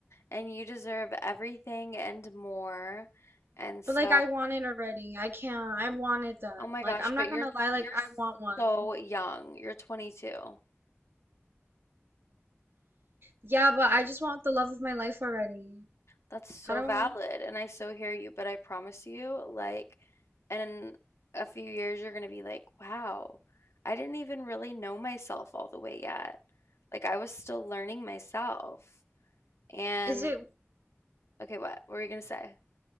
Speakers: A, on the left; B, on the right.
A: and you deserve everything and more. And
B: But
A: so,
B: like I want it already. I can't. I want it done.
A: oh my
B: Like
A: gosh,
B: I'm not
A: but you're
B: gonna lie, like
A: you're
B: I want one.
A: so young. You're 22.
B: Yeah, but I just want the love of my life already.
A: That's so
B: I don't
A: valid, and I so hear you, but I promise you, like in a few years you're going to be like, "Wow, I didn't even really know myself all the way yet." Like I was still learning myself. And
B: is it? Is
A: okay, what, what were you going to say?